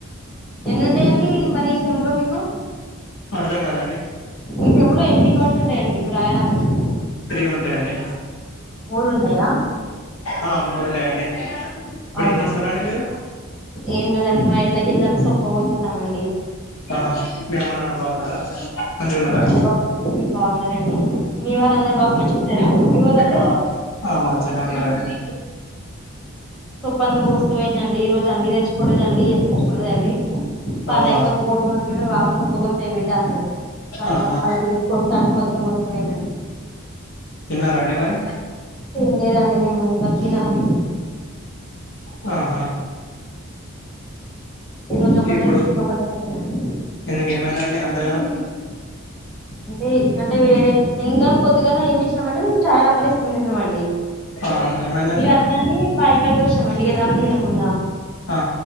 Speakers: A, in the centre; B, on the left.
A: ఎన్నుంటాయండి మరి ఈ సెమ్లో మీకు
B: అర్ధం కాలే అండి
A: ఈ సెమ్ <unintelligible> ఉంటాయండి మీకు రాయడానికి
B: త్రీ ఉంటాయండి
A: మూడు ఉంటాయా
B: ఆ మూడు ఉంటాయండి ఇప్పుడు
A: అవునా
B: ఏం చేస్తాలండి మీరు
A: ఏం లేదండి మా ఇంట్లోకి ఇందాక సొప్ప కోసేసామండి
B: ఆహా మీ అమ్మ, నాన్న బాగున్నారా? మంచిగా ఉన్నారా
A: సొప్ప హ్మ్, బాగున్నారండి మీ వారు అందరు బా మంచిగున్నారా మీ వాళ్ళందరూ
B: ఆ ఆ మంచిగానే ఉన్నారండి
A: సొప్పు అంతా కోసుకుపోయిందండి ఈ రోజు అంగి తెచ్చుకోలేదండి ఏ తెచ్చుకోలేదండి తన
B: అవునా
A: అయిపోతే పోదాం అనుకుంటే వాప తప్పకోసే బిడ్డ అన్నాడు కతం
B: ఆహా
A: అలా తిరిగి కోస్తాంటే మొత్తం కోసుకనిపోయిందండి
B: తిన్నారా అండి మరి
A: తినలేదండి మేము ఇంకా తినాలి
B: వాహా
A: ఈ రోజు ఒకటి
B: ఇప్పుడు
A: అనుకుంటే ఒకటి అయితుందండి
B: ఎందుకు ఏమైందండి ఎంతగానో
A: అంటే అంటే వేరే ఇంకా పొద్దుగాల ఏం చేసినామంటే మేము చాలా అప్పలేసుకుని తిన్నాంమండి
B: ఆ ఏమైందండి
A: ఇక అట్లని బాయ కాడికి వచ్చినామండి ఇగ అన్నం తినకుండా
B: ఆ